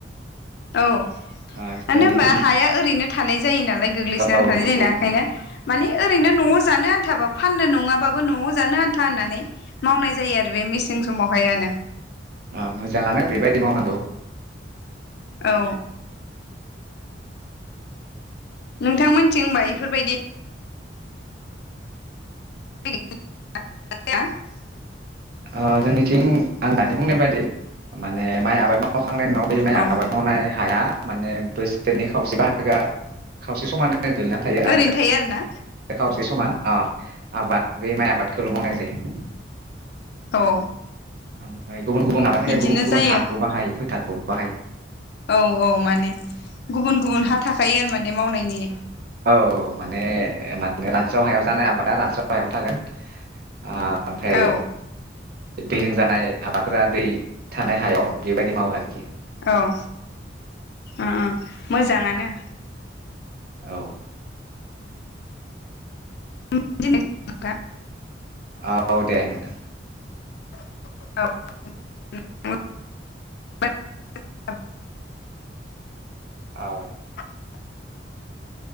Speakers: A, on the left; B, on the right.
A: औ मानो
B: ओ जोंनिथिं
A: होनबा हाया ओरैनो थानाय जायो नालाय गोग्लैसोना
B: औ
A: थानाय
B: नंगौ
A: जायोना ओंखायनो माने ओरैनो न'आव जानो आन्थाबाबो फाननो नङाबाबो न'आव जानो आन्था होननानै मावनाय जायो आरो बे मेसें समावहाय आनो
B: ओ मोजाङानो बेबायदि मावनांगौ
A: औ नोंथांमोनथिं होनबा इफोरबायदि <unintelligible>
B: ओ जोंनिथिं आं दानि बुंनाय बायदि माने माइ आबाद मा मावखांनायनि उनाव बे माइ
A: औ
B: आबाद मावनाय हाया माने बोसोरनि खावसे बाहागोआ खावसे समानो गोलैनानै थायो
A: ओरैनो
B: आरो
A: थायो आरोना
B: खावसे समा अ आबाद बे माइ आबादखौल' मावनाय जायो
A: औ
B: ओमफ्राय गुबुन गुबुन आबादनि थाखाय
A: इदिनो
B: गुबुन गुबुन
A: जायो
B: हाखौ बाहायो फोथारखौ बाहायो
A: औ औ माने गुबुन गुबुन हा थाखायो आरो माने मावनायनि
B: औ औ माने माने रानस्राव हायाव जानाय आबादा रानस्राव हायावनो थागोन आ ओमफ्राय
A: औ
B: दैजों जानाय आबादफोरा दै थानाय हायाव बेबायदि मावो आरोखि
A: औ उम उम मोजाङानो
B: औ
A: <unintelligible>
B: औ दे नोंथां
A: <unintelligible>
B: ओ दे
A: <inaudible>